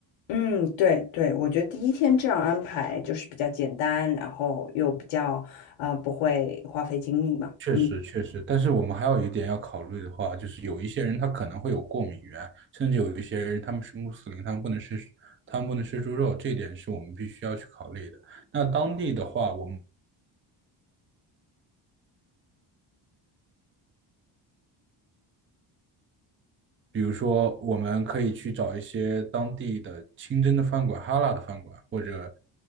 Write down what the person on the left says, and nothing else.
嗯，对对，我觉得第一天这样安排就是比较简单，然后又比较呃不会花费精力嘛。
嗯，